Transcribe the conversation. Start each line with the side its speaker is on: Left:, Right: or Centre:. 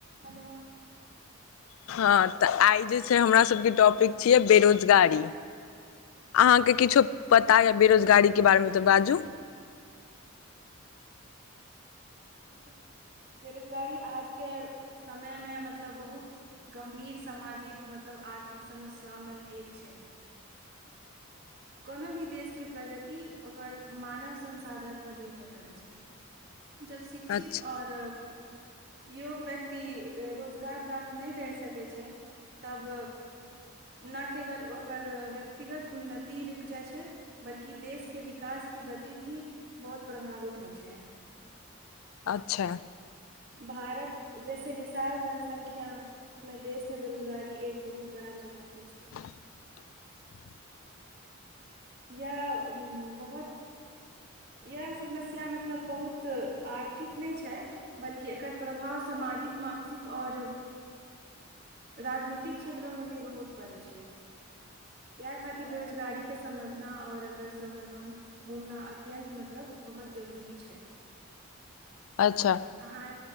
Right: हेलो
Left: हँ तऽ आइ जे छै हमरा सबके टॉपिक छियै बेरोजगारी
Right: हँ
Left: अहाँके किछो पता या बेरोजगारीके बारेमे तऽ बाजू <inaudible>
Right: <inaudible> बेरोजगारी आजके समयमे मतलब बहुत गम्भीर सामाजिक मतलब आर्थिक समस्यामे एक छै कोनो भी देशके प्रगति ओकर मानव संसाधनपर निर्भर करै छै
Left: <inaudible>
Right: जब शिक्षित
Left: अच्छा
Right: ओर योग व्यक्ति रोजगार प्राप्त नहि करि सकै छै तब न केवल ओकर व्यक्तिगत ती रुकि जाइत छै बल्कि देश के विकास के गति भी बहुत प्रभावित होइ छै
Left: अच्छा
Right: भारत जैसे विशाल जनसंख्या मे देशमे बेरोजगारी एक बहुत बड़ा चुनौती छै
Left: <inaudible>
Right: या बहोत इह समस्या मतलब बहुत आर्थिक नहि छै बल्कि एकर प्रभाव समाज सामाजिक मानसिक और राजनीतिक क्षेत्रमे भी बहुत पड़ै छै इएह खातिर बेरोजगारी के समझना और एकर समाधान ढूँढ़ना अत्यन्त मतलब बहुत जरूरी छै
Left: अच्छा
Right: अहाँ